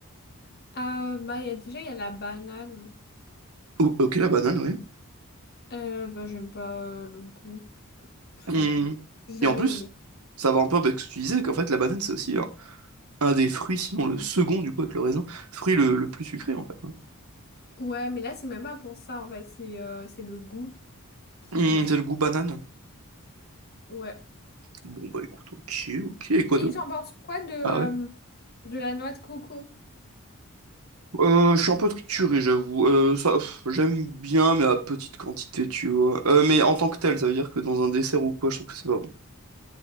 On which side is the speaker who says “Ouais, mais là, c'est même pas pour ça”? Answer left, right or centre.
Left